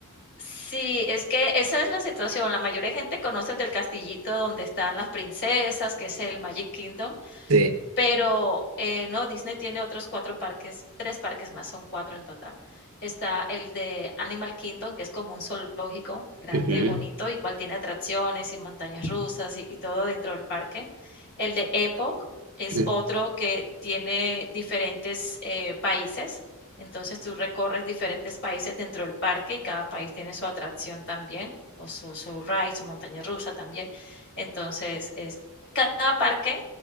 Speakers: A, on the left; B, on the right.
A: Sí, es que esa es la situación. La mayoría de gente conoce el del castillito donde están las princesas, que es el Magic Kingdom,
B: Sí.
A: pero, eh, no, Disney tiene otros 4 parques, 3 parques más, son 4 en total. Está el de Animal Kingdom, que es como un zoológico grande,
B: Ujú.
A: bonito, igual tiene atracciones y montañas rusas y y todo dentro del parque. El de Epoch es
B: Mm,
A: otro que tiene diferentes, eh, países, entonces tú recorres diferentes países dentro del parque y cada país tiene su atracción también, o su su ride, su montaña rusa también. Entonces, es cada parque